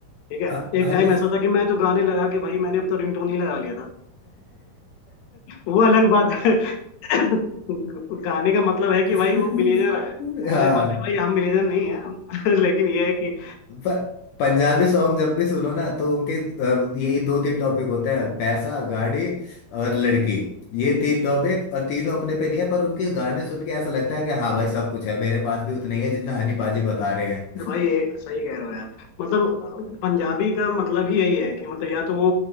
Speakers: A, on the left; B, on the left.
A: ठीक है
B: अ-
A: एक
B: हनी-
A: टाइम ऐसा था कि मैं तो गाने लगा के भाई मैंने अब तो रिंगटोन ही लगा लिया था वो अलग बात है <coughs> <laughs> गाने का मतलब है
B: <laughs>
A: कि भाई वो मिलियनेयर है वो
B: हाँ
A: अलग बात है भाई हम मिलियनेयर नहीं है <laughs> लेकिन ये है कि
B: पर पंजाबी सॉन्ग जब भी सुनो ना तो उनके अ, यही दो तीन टॉपिक होते हैं पैसा गाड़ी और लड़की ये तीन टॉपिक और तीनों अपने पे नहीं है पर उनके गाने सुन के ऐसा लगता है कि हाँ भाई सब कुछ है मेरे पास भी उतना ही है जितना हनी पाजी बता रहे हैं
A: तो भाई ये सही कह रहे हो यार मतलब पंजाबी का मतलब ही यही है कि मतलब या तो वो